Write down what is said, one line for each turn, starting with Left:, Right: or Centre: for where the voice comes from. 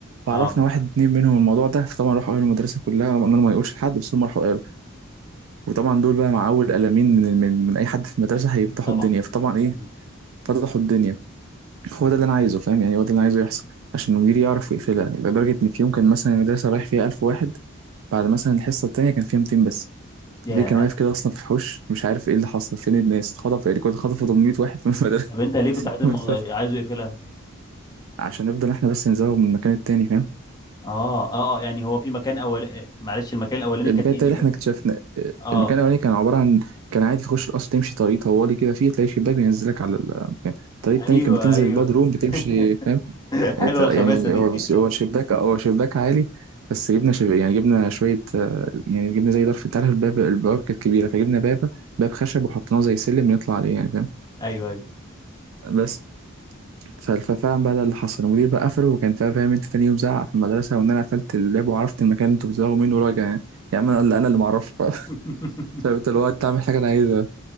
Right: فعرفنا
Left: اه
Right: واحد اتنين منهم الموضوع ده فطبعا راحوا قالوا المدرسة كلها قلنا لهم ما يقولش لحد بس هم راحوا وطبعا دول بقى مع اول قلمين من من, من اي حد في المدرسه هيفتحوا
Left: طبعا
Right: الدنيا فطبعا ايه
Left: مم.
Right: فتحوا الدنيا هو ده اللي انا عايزه فاهم يعني هو ده اللي انا عايزه يحصل عشان المدير يعرف يقفلها لدرجه ان في يوم كان مثلا المدرسه رايح فيها 1000 واحد بعد مثلا الحصه التانيه كان فيها 200 بس
Left: ياه
Right: المدير كان واقف كده اصلا في الحوش مش عارف ايه اللي حصل فين الناس اتخطف يعني كنت خطفوا
Left: <laughs>
Right: 800 واحد من المدرسه
Left: طب انت ليه كنت
Right: <laughs>
Left: عايز الموضوع
Right: مش فاهم.
Left: عايزه يقفلها
Right: عشان نفضل احنا بس نزوغ من المكان التاني فاهم
Left: اه اه اه يعني هو في مكان اول معلش المكان الاولاني
Right: المكان
Left: كان ايه
Right: التاني
Left: بالظبط
Right: اللي احنا اكتشفنا آه،
Left: اه
Right: المكان الاولاني كان عباره عن كان عادي تخش القصر تمشي طريق طوالي كده فيه تلاقي شباك بينزلك على المكان الطريق التاني
Left: ايوه
Right: كان بتنزل
Left: ايوه
Right: الباد روم بتمشي
Left: <laughs>
Right: فاهم
Left: حلوه
Right: آه، ت- يعني
Left: الخباثه دي
Right: هو بس هو شباك هو شباك عالي بس جبنا شب... يعني جبنا شويه آه، يعني جبنا زي ظرف انت عارف الباب البوابه كانت كبيره فجبنا باب باب خشب وحطيناه زي سلم نطلع عليه يعني فاهم
Left: <laughs> ايوه ايوه
Right: بس ف- ففعلا بقى ده اللي حصل المدير بقى قفله وكان فا- فاهم انت تاني يوم زعق في المدرسه وان انا قفلت الباب وعرفت المكان اللي انتوا بتزعقوا منه وراجع يعني يا عم انا اللي انا اللي معرفش
Left: <laughs>
Right: فانت اللي هو انت عامل حاجه انا عايزها